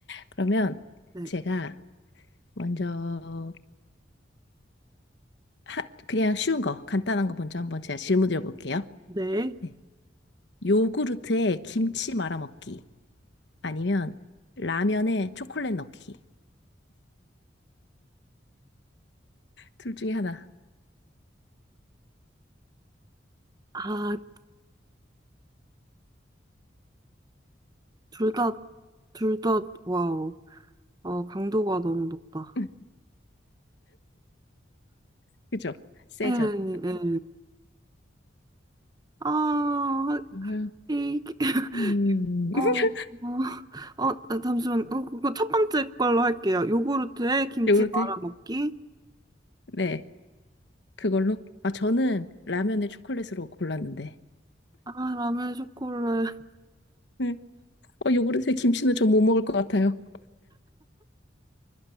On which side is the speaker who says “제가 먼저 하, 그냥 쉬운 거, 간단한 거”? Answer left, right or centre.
Left